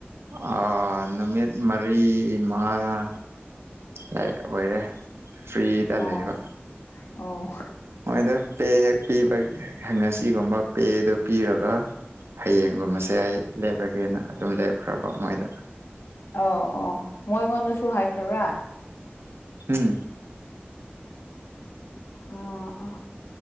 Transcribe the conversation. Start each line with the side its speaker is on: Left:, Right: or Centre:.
Right: ꯑꯥ ꯅꯨꯃꯤꯠ ꯃꯔꯤ ꯃꯉꯥ ꯂꯩ ꯑꯣꯏꯔꯦ ꯐ꯭ꯔꯤꯗ ꯂꯩꯕ
Left: ꯑꯣ ꯑꯣ
Right: ꯑꯗ ꯄꯦ ꯍꯦꯛ ꯄꯤꯕ ꯉꯁꯤꯒꯨꯝꯕ ꯄꯦꯗ ꯄꯤꯔꯒ ꯍꯌꯦꯡꯒꯨꯝꯕꯁꯦ ꯑꯩ ꯂꯦꯞꯄꯒꯦꯅ ꯑꯗꯨꯝ ꯂꯦꯞꯈ꯭ꯔꯕ ꯃꯣꯏꯗ
Left: ꯑꯧ ꯑꯣ ꯃꯣꯏ ꯑꯩꯉꯣꯟꯗꯁꯨ ꯍꯥꯏꯈ꯭ꯔꯕ꯭ꯔꯥ
Right: ꯎꯝ
Left: ꯑꯣ ꯑ